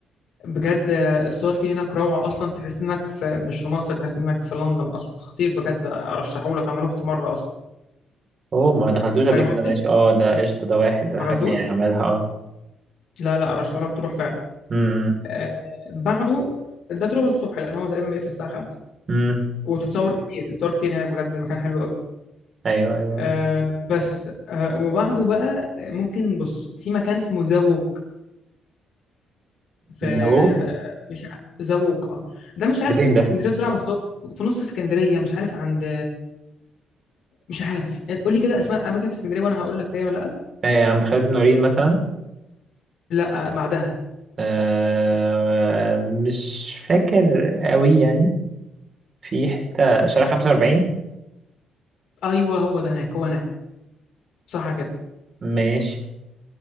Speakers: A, on the left (about 70°); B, on the right (about 40°).
A: بجد آه، الصور فيه هناك روعه اصلا تحس انك في مش في مصر تحس انك في لندن اصلا خطير بجد ارشحه لك انا رحت مره اصلا
B: هو ما دخلتوش قبل
A: فاهم
B: كده
A: قصدي
B: ماشي اه ده قشطة ده واحد ده
A: ما
B: حاجة
A: غلطوش
B: يعني عملها اه
A: لا لا ارشحه لك تروح فعلا
B: امم
A: آه، بعده ده تروح الصبح لان هو تقريبا بيقفل الساعه 5
B: امم
A: وتتصور كتير تتصور كتير هناك بجد المكان حلو قوي
B: ايوه ايوه
A: آه بس آه وبعده بقى ممكن بص في مكان اسمه زوق في
B: نوك
A: مش ع- زوق اه ده مش عارف
B: ده فين
A: فين في
B: ده
A: اسكندريه بصراحه بس هو في نص اسكندريه مش عارف عند مش عارف قول لي كده اسماء اماكن في اسكندريه وانا هقول لك هي ولا لا
B: آه عند خالد بن وليد مثلا
A: لا آه، بعدها
B: آه مش فاكر قوي يعني في حتة شارع 45
A: ايوه هو ده هناك هو هناك صح كده
B: ماشي